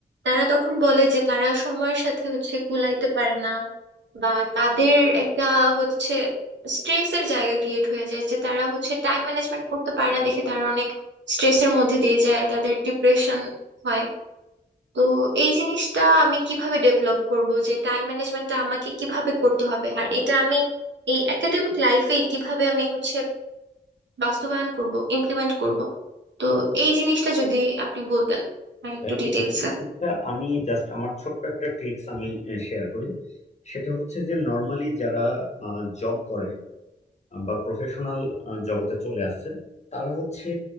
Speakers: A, on the right; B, on the left.
A: তারা তখন বলে যে তারা সময়ের সাথে হচ্ছে কুলাইতে পারে না বা তাদের একটা হচ্ছে স্ট্রেসের জায়গা ক্রিয়েট হয়ে যায় যে তারা হচ্ছে টাইম ম্যানেজমেন্ট করতে পারে না দেখে তারা অনেক স্ট্রেসের মধ্যে দিয়ে যায় তাদের ডিপ্রেশন হয় তো এই জিনিসটা আমি কিভাবে ডেভেলপ করব যে টাইম ম্যানেজমেন্টটা আমাকে কিভাবে করতে হবে আর এটা আমি এই একাডেমিক লাইফেই কিভাবে আমি হচ্ছে বাস্তবায়ন করব ইমপ্লিমেন্ট করব তো এই জিনিসটা যদি আপনি বলতেন আর একটু
B: তা
A: ডিটেলসে
B: এ- এই দিকটা আমি জাস্ট আমার ছোট্ট একটা ট্রিক্স আমি শেয়ার করি সেটা হচ্ছে যে নর্মালি যারা জব করে আহ, বা প্রফেশনাল জগতে চলে আসছে তারা হচ্ছে